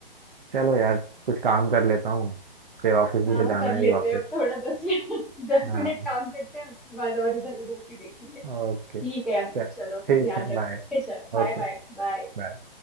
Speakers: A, on the right; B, in the centre.
A: चलो यार कुछ काम कर लेता हूँ फिर ऑफिस
B: हाँ
A: भी तो जाना
B: कर
A: है
B: लेते
A: ही वापस
B: हैं अब थोड़ा दस मिनट <laughs> दस
A: हाँ
B: मिनट काम करते हैं उसके बाद और इधर उधर की देखेंगे
A: ओके
B: ठीक
A: चल
B: है अंकल चलो फिर
A: ठीक
B: ध्यान
A: है
B: रखो
A: बाय
B: ओके चलो बाय
A: ओके
B: बाय बाय
A: बाय।